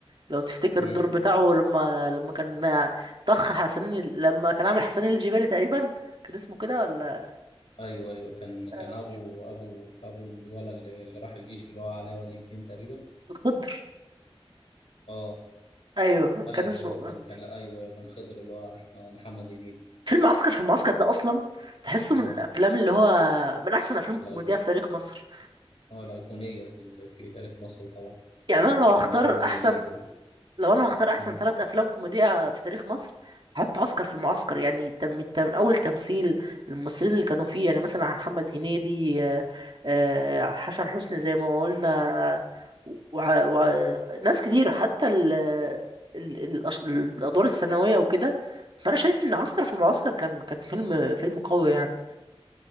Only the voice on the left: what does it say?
امم
ايوه ايوه كان
كان ابو ابو ابو الولد اللي اللي راح الجيش اللي هو علاء ولي الدين تقريبا
اه
ايوه
ايوه كان كان لا ايوه أيوة، كان خضر اللي هو أحمد محمد هنيدي
اه
الأيق-
اه الايقونيه في ال... في تاريخ مصر طبعا
كان محمد
هنيدي و...
مم.